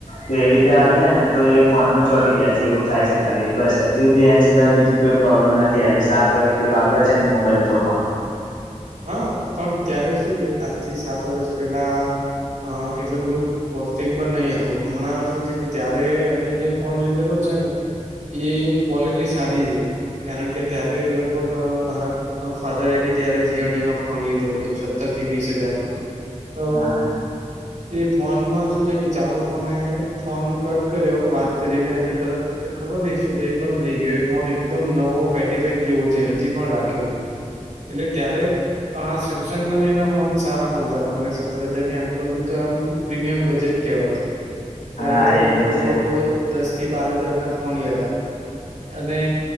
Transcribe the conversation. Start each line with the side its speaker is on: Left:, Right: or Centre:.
Left: તો એવી ઈતે આવી જાય ને, તો એ ફોનમાં ચોટી જાય સે એવું થાય છે ખાલી. બસ હજી એન સિવાય બીજી કોઈ પ્રોબ્લેમ નથી આવી. સાત વરસથી વાપરે છે ને, મોબાઈલ તો પણ.
Right: હા પણ ત્યારે શું છે, આજથી સાત વરસ પેલા અ એટલુ બધુ કોસ્ટિંગ બ નઈ હતું. હમણાં શું છે, કે ત્યારે એમને જે ફોન લીધેલો છે ને. એ ક્વોલિટી સારી છે. કારણ કે ત્યારે લગભગ મારા ફાધરે એ બી ત્યારે જ. જીયોની નો ફોન લીધો હતો, સત્તર થી વીસ હજાર નો. તો
Left: હા
Right: એ ફોનમાં શું છે કે, ચાલુ ફોને ફોન કટ કર્યો વાત કરીને એટલે તરત એ ખબર નઈ શું થય બંધ થઈ ગયો, એ ફોન એકદમ નવો પેટી પેક જેવો છે. હજી પણ રાખ્યો છ. ત્યારે આ સેમસંગ ના ને એના ફોન સારા મલતા તા. મને સત્તર હજાર ની આજુબાજુ તો એમ, પ્રીમિયમ બજેટ કેવાતું. ત્યારે
Left: હા
Right: તો
Left: એ
Right: લગભગ
Left: છે
Right: લોકો દસ થી બાર હજાર ના ફોન લેતા. અને